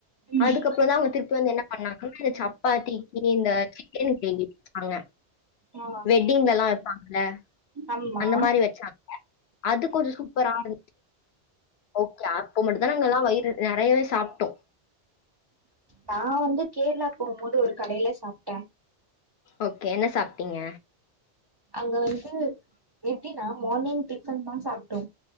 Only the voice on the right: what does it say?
ம்
ஆ
ஆமா
நா வந்து கேர்ளாக் போவும்போது ஒரு கடைல சாப்ட்ட
அங்க வந்து எப்டினா மார்னிங் டிஃபன் தா சாப்ட்டோ